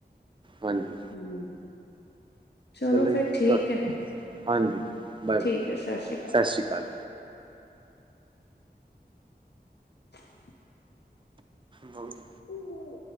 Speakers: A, on the right; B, on the left.
A: ਹਾਂਜੀ
B: ਹਮ ਚਲੋ
A: ਜੀ,
B: ਫੇਰ ਠੀਕ
A: ਤੁਹਾ
B: ਹੈ।
A: ਹਾਂਜੀ ਬਾਏ
B: ਠੀਕ
A: ਬਾਏ
B: ਹੈ ਸਤਿ ਸ਼੍ਰੀ
A: ਸਤ ਸ਼੍ਰਿ ਅਕਾਲ
B: <inaudible>
A: ਬ <unintelligible>
B: ਅਕਾਲ